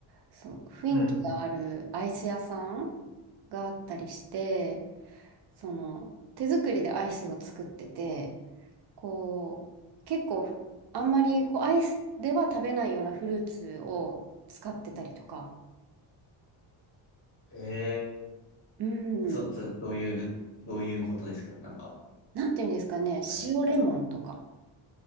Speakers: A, on the right (about 55°); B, on the left (about 25°).
A: そう、雰囲気があるアイス屋さん
B: うん。
A: があったりして、その、手作りでアイスを作ってて、こう、結構、あんまり、こう、アイスでは食べないようなフルーツを使ってたりとか、
B: え
A: う
B: えそ、
A: ん、
B: そ、どういう、どういうことですかなんか、
A: なんていうんですかね、
B: あれ。
A: 塩レモンとか、